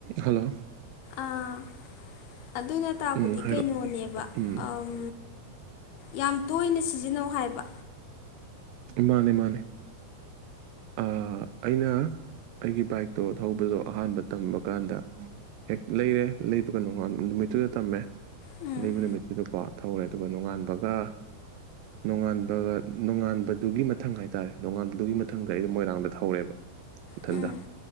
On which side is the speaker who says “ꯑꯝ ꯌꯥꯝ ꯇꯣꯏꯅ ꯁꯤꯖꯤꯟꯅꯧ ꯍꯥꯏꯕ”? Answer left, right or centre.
Left